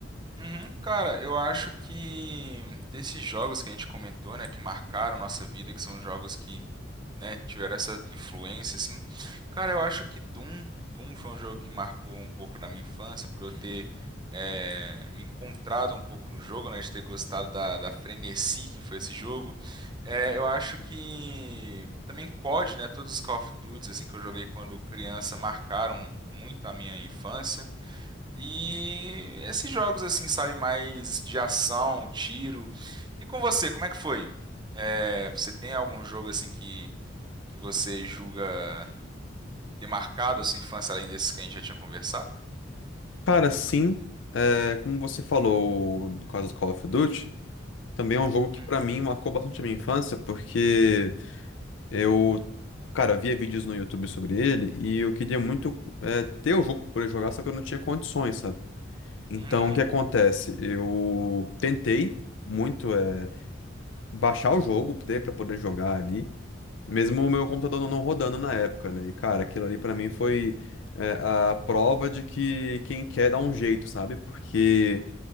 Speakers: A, on the right; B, on the left.
A: Uhum. Cara, eu acho que desses jogos que a gente comentou, né, que marcaram nossa vida, que são jogos que, né, tiveram essa influência, assim, cara, eu acho que Doom, Doom foi um jogo que marcou um pouco da minha infância, por eu ter é, me encontrado um pouco no jogo, né, de ter gostado da, da frenesi que foi esse jogo. É, eu acho que também COD, né, todos os Call of Duty, assim, que eu joguei quando criança, marcaram muito a minha infância. E esses jogos assim, sabe, mais de ação, tiro. E com você, como é que foi? É, você tem algum jogo assim que, que você julga ter marcado a sua infância além desses que a gente já tinha conversado?
B: Cara, sim, eh, como você falou no caso do Call of Duty, também é um jogo que
A: Uhum,
B: pra mim marcou bastante a minha infância, porque. Eu, cara, via vídeos no YouTube sobre ele e eu queria muito é, ter o jogo pra poder jogar, só que eu não tinha condições, sabe? Então,
A: uhum,
B: o que acontece? Eu tentei muito é, baixar o jogo ter para poder jogar ali, mesmo o meu computador não não rodando na época, né? E, cara, aquilo ali pra mim foi é, a prova de que quem quer dá um jeito, sabe? Porque